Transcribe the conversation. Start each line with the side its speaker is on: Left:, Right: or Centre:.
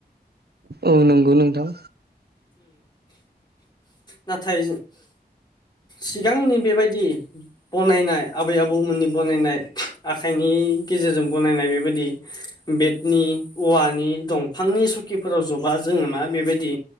Right: औ नंगौ नोंथां
Left: नाथाय सिगांनि बेबायदि बनायनाय आबै आबौमोननि बनायनाय आखाइनि गेजेरजों बनायनाय बेबायदि बेटनि औवानि दंफांनि सकिफोराव जबा जोङो मा बेबायदि